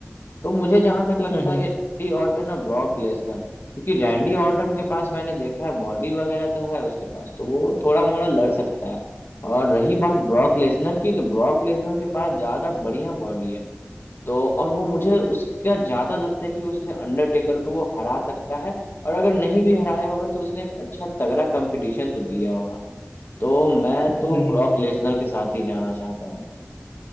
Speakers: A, on the left; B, on the left.
A: तो मुझे जहां तक लगता
B: हम्म
A: है ये रैंडी ऑर्टन और ब्रॉक लेसनर क्योंकि रैंडी ऑर्टन के पास मैंने देखा है बॉडी वगैरह तो है उसके पास तो वो थोड़ा मोड़ा लड़ सकता है और रही बात ब्रॉक लेसनर की तो ब्रॉक लेसनर के पास ज्यादा बढ़िया बॉडी है तो और वो मुझे उसका ज्यादा लगता है कि उसने अंडरटेकर को वो हरा सकता है और अगर नहीं भी हराया होगा तो उसने एक अच्छा तगड़ा कंपटीशन तो दिया होगा तो मैं
B: हम्म
A: तो
B: हम्म, हम्म।
A: ब्रॉक लेसनर के साथ ही जाना चाहता हूँ